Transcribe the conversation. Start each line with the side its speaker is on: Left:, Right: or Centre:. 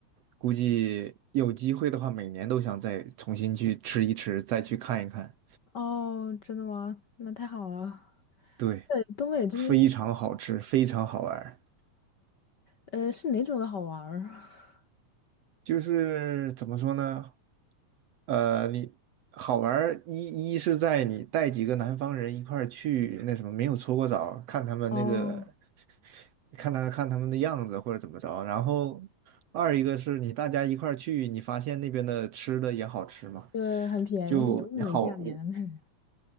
Right: 估计有机会的话，每年都想再重新去吃一吃，再去看一看。
Left: 哦，真的吗？那太好了。
Right: 对，
Left: 对，东北这边，
Right: 非常好吃，非常好玩儿。
Left: 呃，是哪种的好玩儿？<laughs>
Right: 就是怎么说呢？呃，你好玩儿一一是在你带几个南方人一块儿去那什么，没有搓过澡，看他们那个，
Left: 哦，
Right: 看他看他们的样子或者怎么着。然后二一个是你大家一块儿去，你发现那边的吃的也好吃嘛，
Left: 对，很便宜，
Right: 就好。
Left: 物美价廉。<laughs>